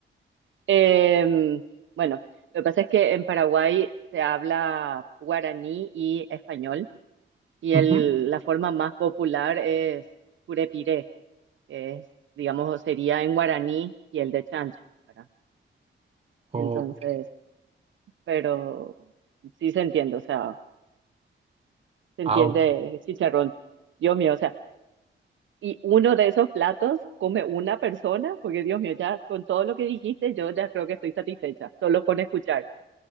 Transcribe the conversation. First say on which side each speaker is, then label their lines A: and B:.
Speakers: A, on the right; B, on the right.
A: Eh, bueno, lo que pasa es que en Paraguay se habla guaraní y español, y el,
B: Ujú.
A: la forma más popular es curepiré, que es, digamos, sería en guaraní y el de chancho, ¿verdad?
B: Ok,
A: Entonces, pero sí se entiende, o sea, se entiende
B: ah, ok.
A: chicharrón. Dios mío, o sea, y uno de esos platos come una persona, porque Dios mío, ya con todo lo que dijiste, yo ya creo que estoy satisfecha, solo con escuchar.